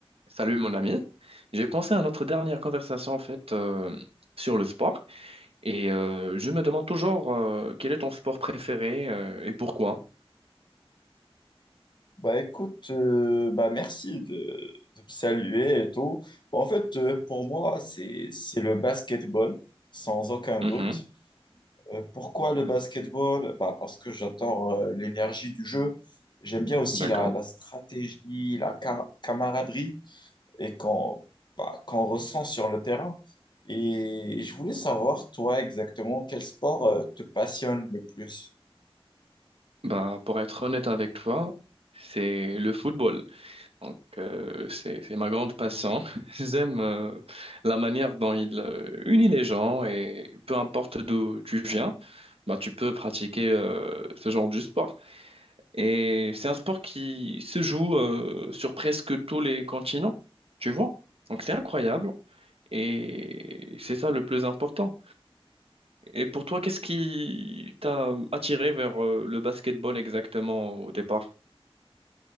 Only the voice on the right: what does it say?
Salut mon ami. J'ai pensé à notre dernière conversation en fait euh, sur le sport et euh, je me demande toujours euh, quel est ton sport préféré euh, et pourquoi.
Mhm,
d'accord.
Bah pour être honnête avec toi, c'est le football. Donc euh, c'est c'est ma grande passion. <laughs> J'aime euh, la manière dont il euh, unit les gens et peu importe d'où tu viens, bah tu peux pratiquer euh, ce genre de sport. Et c'est un sport qui se joue euh, sur presque tous les continents, tu vois. Donc c'est incroyable. Et c'est ça le plus important. Et pour toi, qu'est-ce qui t'a attiré vers euh, le basketball exactement au départ?